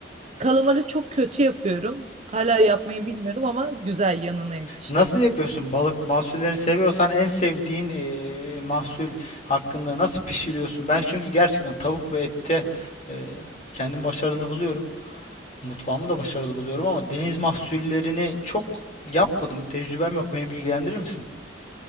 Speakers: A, on the right (about 35°); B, on the left (about 40°).
A: Kalamarı çok kötü yapıyorum. Hala yapmayı bilmiyorum ama güzel yanına yakışır.
B: Nasıl yapıyorsun? Balık mahsullerini seviyorsan en sevdiğin e, mahsul hakkında nasıl pişiriyorsun? Ben çünkü gerçekten tavuk ve ette e, kendimi başarılı buluyorum. Mutfağımı da başarılı buluyorum ama deniz mahsullerini çok yapmadım. Tecrübem yok. Beni bilgilendirir misin?